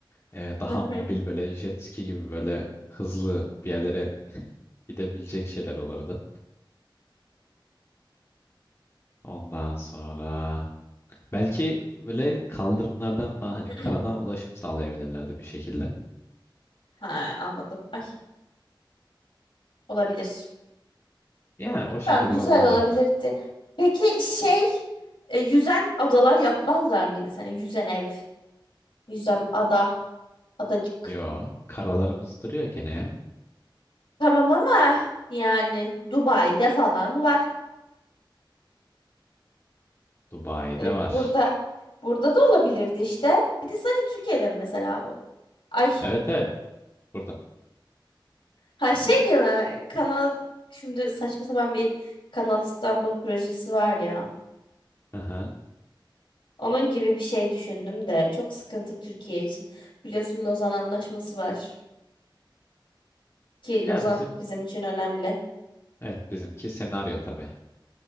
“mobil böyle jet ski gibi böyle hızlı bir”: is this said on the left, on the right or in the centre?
Left